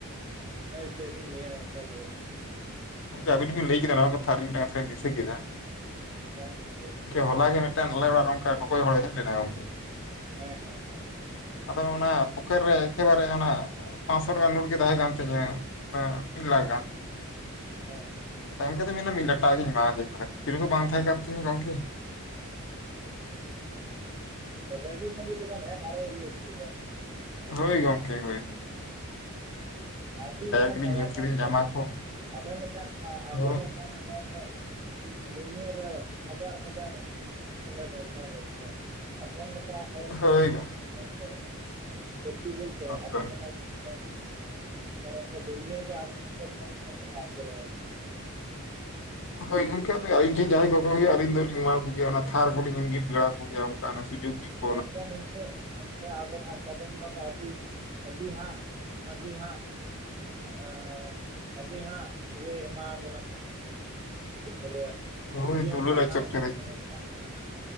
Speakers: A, on the right (about 25°); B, on the left (about 55°).
A: ᱦᱮᱸ ᱪᱮᱫ ᱞᱤᱧ ᱞᱟᱹᱭᱟ ᱜᱚᱝᱠᱮ ᱞᱟᱹᱭ ᱵᱮᱱ?
B: ᱜᱚᱝᱠᱮ ᱟᱵᱤᱱ ᱵᱤᱱ ᱞᱟᱹᱭ ᱠᱮᱫᱟ ᱱᱚᱣᱟ ᱠᱟᱛᱷᱟ ᱟᱞᱤᱧ ᱢᱮᱴᱟᱡᱽ ᱠᱟᱛᱷᱟ ᱞᱤᱧ ᱫᱤᱥᱟᱹ ᱠᱮᱫᱟ ᱾
A: ᱦᱮᱸ ᱦᱮᱸ ᱞᱟᱹᱭ ᱵᱤᱱ ᱾
B: ᱦᱚᱞᱟ ᱜᱮ ᱢᱤᱫᱴᱟᱝ ᱟᱞᱮ ᱚᱲᱟᱜ ᱨᱮ ᱚᱱᱠᱟ ᱠᱚᱠᱚᱭ ᱦᱚᱲᱮ ᱦᱮᱡ ᱞᱮᱱᱟᱭ ᱜᱚᱝᱠᱮ ᱾
A: ᱦᱮᱸ ᱦᱮᱸ ᱦᱮᱸ
B: ᱟᱫᱚ ᱚᱱᱟ ᱯᱚᱠᱮᱴ ᱨᱮ ᱮᱠᱮᱵᱟᱨᱮ ᱚᱱᱟ ᱯᱟᱥᱥᱚ ᱴᱟᱠᱟ ᱱᱚᱴ ᱜᱮ ᱛᱟᱦᱮ ᱠᱟᱱ ᱛᱤᱧᱟᱹ ᱾ ᱚᱱᱟ ᱢᱤᱫ ᱞᱟᱠᱷ
A: ᱦᱮᱸ
B: ᱜᱟᱱ ᱾
A: ᱦᱮᱸ ᱾
B: ᱟᱫᱚ ᱜᱚᱢᱠᱮ ᱫᱚ ᱢᱮᱱᱟ ᱢᱤᱫᱴᱟᱜ <inaudible> ᱮᱢᱟᱫᱮᱭᱟ ᱠᱷᱩᱪᱨᱟᱹ ᱠᱚ ᱵᱟᱝ ᱛᱟᱦᱮ ᱠᱟᱱ ᱛᱤᱧᱟᱹ ᱜᱚᱢᱠᱮ ᱾
A: ᱨᱟᱜᱤ ᱢᱟᱜᱤ ᱛᱮ ᱵᱮᱱ ᱮᱢ ᱟᱦᱳᱭᱟ ᱥᱮ ᱜᱚᱢᱠᱮ ᱾
B: ᱦᱳᱭ ᱜᱚᱢᱠᱮ ᱦᱳᱭ ᱦᱳᱭ ᱾
A: ᱟᱹᱰᱤᱵᱟᱱ
B: ᱜᱮᱞᱤᱧ
A: ᱫᱟᱭᱟᱵᱟᱱ
B: ᱧᱮᱞ ᱠᱮᱫᱮᱭᱟ
A: ᱜᱮᱭᱟ
B: ᱡᱟᱢᱟ
A: ᱜᱚᱢᱠᱮ
B: ᱠᱚ
A: ᱟᱵᱮᱱ ᱞᱮᱠᱟᱱ ᱟᱵᱮᱱ
B: ᱦᱳᱭ
A: ᱞᱮᱠᱟᱱ ᱦᱚᱲ ᱫᱚ ᱫᱩᱱᱭᱟᱹ ᱨᱮ ᱦᱟᱡᱟᱨ ᱦᱟᱡᱟᱨ ᱦᱩᱭ ᱦᱚ ᱫᱚᱨᱠᱟᱨ ᱜᱚᱢᱠᱮ᱾ ᱟᱵᱮᱱ ᱞᱮᱠᱟ ᱦᱚᱲ ᱠᱚ
B: ᱦᱳᱭ
A: ᱛᱟᱦᱮᱸ
B: ᱜᱚᱝᱠᱮ
A: ᱞᱮᱠᱷᱟᱱ ᱜᱚᱢᱠᱮ ᱯᱨᱛᱤ ᱵᱚᱞᱛᱮ
B: ᱦᱳᱭ
A: ᱟᱵᱮᱱ
B: ᱦᱳᱭ᱾
A: ᱞᱮᱠᱟ ᱡᱩᱫᱤ ᱛᱟᱦᱞᱮ ᱱᱤᱭᱹ ᱫᱩᱱᱤᱭᱟᱹ ᱜᱮ ᱟᱵᱟ ᱨᱮᱜᱮᱡ ᱦᱚᱲ ᱠᱚ ᱪᱟᱵᱟ ᱩᱛᱟᱹᱨᱚᱜᱼᱟ ᱵᱟᱠᱷᱟᱱ ᱾
B: ᱦᱳᱭ ᱜᱚᱢᱠᱮ ᱚᱫᱚ ᱟᱭᱮᱱ ᱡᱟᱦᱟᱸᱭ ᱠᱚᱠᱚ
A: ᱦᱮᱸ
B: ᱦᱳᱭᱳᱜ ᱟᱹᱞᱤᱧ ᱫᱚᱞᱤᱧ ᱮᱢᱟ ᱠᱚ᱾ ᱚᱱᱟ ᱛᱷᱟᱨ ᱠᱚᱞᱤᱧ ᱤᱝᱜᱤᱯᱷ ᱵᱮᱲᱟ ᱟᱠᱚᱜᱮᱭᱟ ᱚᱱᱠᱟ ᱥᱩᱡᱳᱠ ᱾
A: ᱜᱚᱢᱠᱮ ᱱᱤᱝᱠᱟᱹ ᱜᱚᱝᱠᱮ ᱟᱵᱮᱱ ᱦᱟᱜ ᱪᱟᱸᱫᱳ ᱵᱚᱸᱜᱟ ᱫᱚ ᱟᱹᱰᱤ ᱟᱹᱰᱤ ᱦᱟᱜ ᱟᱹᱰᱤ ᱦᱟᱜ ᱟ ᱟᱹᱞᱤ ᱦᱟᱜ ᱤᱭᱟᱹᱭ ᱮᱢᱟᱵᱮᱱᱟ ᱦᱟᱜ ᱪᱮᱫ ᱠᱚ ᱞᱟᱹᱭᱟ
B: ᱦᱳᱭ
A: ᱡᱤᱭᱚᱱ
B: ᱫᱩᱞᱟᱹᱲ
A: ᱰᱟᱦᱟᱨ
B: ᱟᱪᱚᱨ ᱪᱚᱨᱚᱡ
A: ᱡᱟᱦᱟᱸ ᱠᱚ ᱢᱮᱛᱟᱜ ᱠᱟᱱᱟ ᱦᱟᱜ᱾